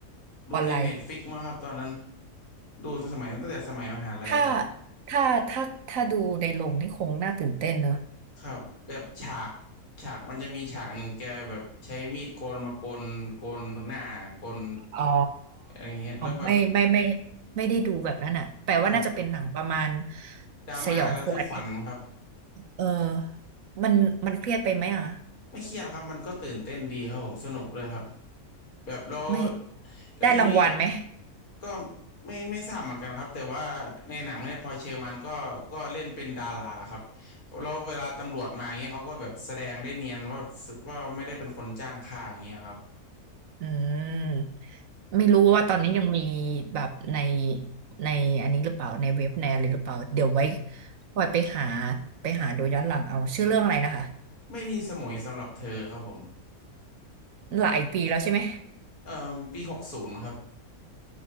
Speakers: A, on the left; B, on the right.
A: ดูในเน็ตฟิกมั้งครับตอนนั้น
B: ออนไลน์
A: ดูสมัยตั้งแต่สมัยมหาลัยครับ
B: ถ้าถ้าถ้าถ้าดูในโรงนี่คงน่าตื่นเต้นเนอะ
A: ครับแบบฉากฉากมันจะมีฉากหนึ่งแกแบบใช้มีดโกนมาโกนโกนหน้าโกน
B: อ๋อ
A: อะไรเงี้ยแล้วแบบ
B: ไม่ไม่ไม่ไม่ได้ดูแบบนั้นอ่ะแปลว่าน่าจะเป็นหนังประมาณ
A: ครับดราม่าระทึกขวัญครับ
B: สยองขวัญนิดเออมันมันเครียดไปไหมอ่ะ
A: ไม่เครียดครับมันก็ตื่นเต้นดีครับผมสนุกเ้ยครับแบบแล้ว
B: ไม่
A: แล้วทีนี้
B: ได้รางวัลไหม
A: ก็ไม่ไม่ทราบเหมือนกันครับแต่ว่าในหนังเนี่ยพลอยเชอร์มานก็ก็เล่นเป็นดาราครับแล้วเวลาตำรวจมาอย่างเงี้ยเขาก็แบบแสดงได้เนียนว่าว่าไม่ได้เป็นคนจ้างฆ่าอย่างเงี้ยครับ
B: อืมไม่รู้ว่าตอนนี้ยังมีแบบในในอันนี้หรือเปล่าในเว็บในอะไรหรือเปล่าเดี๋ยวไว้คอยไปหาไปหาดูย้อนหลังเอาชื่อเรื่องอะไรนะคะ
A: ไม่มีสมุยสำหรับเธอครับผม
B: หลายปีแล้วใช่ไหม
A: เอ่อปีหกศูนย์ครับ